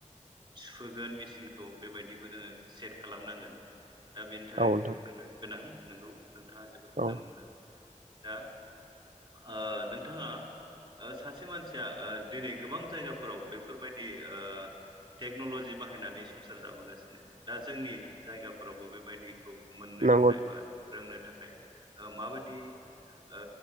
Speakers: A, on the right; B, on the right.
A: सुहोगोन मेसिनखौ बेबायदिखौ जोङो सेट खालामनांगोन। दा बेनि थाखाय
B: औ नोंथां
A: बेफोरो गोनां। नोंगौ नोंथाङा ज मोजां
B: औ
A: बुंदों । दा ओ नोंथाङा ओ सासे मानसिया दिनै गोबां जायगाफोराव बेफोरबायदि ओ टेकनलजि बाहायनानै संसार जाबोगासिनो दा जोंनि जायगाफोरावबो बेबायदि खौ मोननो
B: नंगौ
A: थाखाय बा रोंनो थाखाय ओ माबायदि ओ